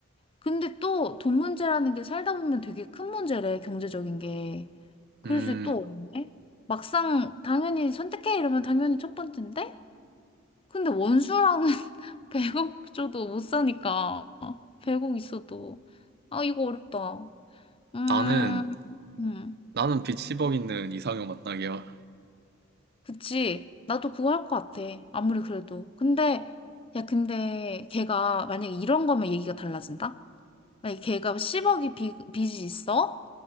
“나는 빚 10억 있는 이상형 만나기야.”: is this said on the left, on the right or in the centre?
Right